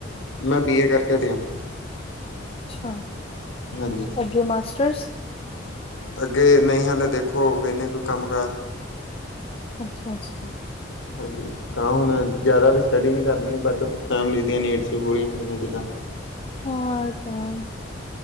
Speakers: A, on the left; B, on the left.
A: ਮੈਂ ਬੀ ਏ ਕਰਕੇ ਹਟਿਆ।
B: ਅਛਾ,
A: ਹਾਂਜੀ
B: ਅੱਗੇ ਮਾਸਟਰਸ?
A: ਅੱਗੇ ਨਹੀਂ ਹਲੇ ਦੇਖੋ, ਵੇਨੇ ਕੋਈ ਕੰਮ ਕਾਰ
B: ਅੱਛਾ, ਅੱਛਾ।
A: ਹਾਂਜੀ ਹੁਣ ਜ਼ਿਆਦਾ ਵੀ ਸਟੱਡੀ ਨਹੀਂ ਕਰਨੀ, ਬਾਅਦ 'ਚੋ ਫੈਮਿਲੀ ਦੀਆਂ ਨੀਡਸ ਵੀ ਪੂਰੀਆਂ ਹੁੰਦੀਆਂ ਜਿੱਦਾਂ
B: ਹਾਂ ਆ ਤੇ ਹੈ।